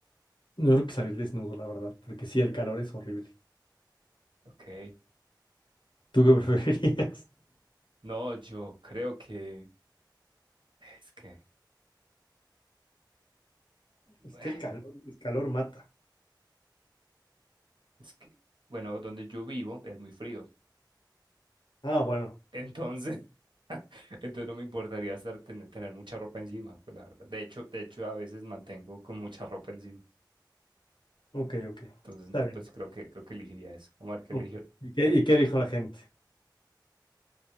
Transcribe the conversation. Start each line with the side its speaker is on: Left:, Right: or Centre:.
Left: no creo que salir desnudo, la verdad. Porque sí, el calor es horrible.
Right: Ok.
Left: ¿Tú qué preferirías? <laughs>
Right: No, yo creo que es que Bueno,
Left: Es que el calor, el calor mata.
Right: Es que, bueno, donde yo vivo es muy frío.
Left: Ah, bueno.
Right: Entonces, <laughs> entonces no me importaría estar, tener, tener mucha ropa encima, pues la verdad. De hecho, de hecho, a veces mantengo con mucha ropa encima.
Left: Ok, ok.
Right: Entonces,
Left: Está
Right: no,
Left: bien.
Right: pues creo que, creo que elegiría eso. Omar, ¿qué
Left: Ok.
Right: eligió?
Left: ¿Y qué,
Right: ¿Qué
Left: y
Right: eli-
Left: qué dijo la gente?